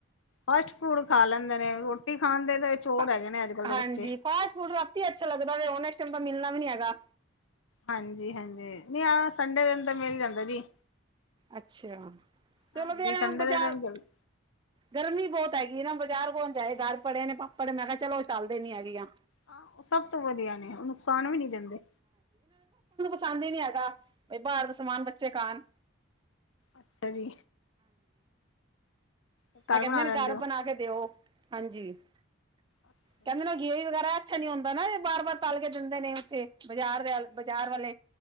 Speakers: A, on the left; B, on the right.
A: ਫਾਸਟ ਫੂਡ ਖਾ ਲੈਂਦੇ ਨੇ, ਰੋਟੀ ਖਾਣ ਦੇ ਤਾਂ ਚੋਰ
B: ਆ,
A: ਹੈਗੇ ਨੇ ਅੱਜ ਕੱਲ੍ਹ ਦੇ
B: ਹਾਂਜੀ
A: ਬੱਚੇ
B: ਫਾਸਟ ਫੂਡ ਰਾਤੀ ਅੱਛਾ ਲੱਗਦਾ ਹੋਨ ਏਸ ਟਾਈਮ ਤੇ ਮਿਲਨਾ ਵੀ ਨੀ ਹੈਗਾ।
A: ਹਾਂਜੀ-ਹਾਂਜੀ, ਨਈ ਆ ਸੰਡੇ ਦਿਨ ਤੇ ਮੇਲ ਈ ਜਾਂਦਾ ਜੀ।
B: ਅੱਛਾ, ਚਲੋ
A: ਹਾਂਜੀ
B: ਮੇਰਾ
A: ਸੰਡੇ
B: ਨਾ ਬਜਾਰ,
A: ਦੇ ਟਾਈਮ ਜਲਦੀ
B: ਗਰਮੀ ਬੋਤ ਹੈਗੀ ਏ ਨਾ ਜਾਰ ਕੌਣ ਜਾਏ? ਗਾਰ ਪੜੇ ਨੇ ਪਾਪੜ ਮੈਂ ਕੇਆ ਚਲੋ ਓਈ ਤਲ ਦੇਣੀ ਹੈਗੀ ਆ।
A: ਹਾਂ ਓ ਸਬ ਤੋਂ ਵਦੀਆ ਨੇ ਓ ਨੁਕਸਾਨ ਵੀ ਨੀ ਦੇਂਦੇ।
B: ਪਸਾਂਦ ਈ ਨੀ ਹੈਗਾ, ਕੋਈ ਬਾਰ ਦਾ ਸਮਾਨ ਬੱਚੇ ਖਾਣ।
A: ਅੱਛਾ ਜੀ। ਘਰ
B: ਐ ਕੈਂਦੇ
A: ਬਣਾ
B: ਨੇ
A: ਲੈਂਦੇ
B: ਘਾਰ
A: ਹੋ
B: ਬਣਾ ਕੇ ਦੇਓ, ਹਾਂਜੀ।
A: ਅੱਛਾ
B: ਕੈਂਦੇ
A: ਜੀ
B: ਨੇ ਗੇਈ ਵਗੈਰਾ ਅੱਛਾ ਨੀ ਹੁੰਦਾ ਨਾ ਏ ਬਾਰ-ਬਾਰ ਤਾਲ ਕੇ ਦਿੰਦੇ ਨੇ ਓੱਥੇ, ਬਾਜਾਰ ਦੇ ਅ ਬਾਜਾਰ ਵਾਲੇ।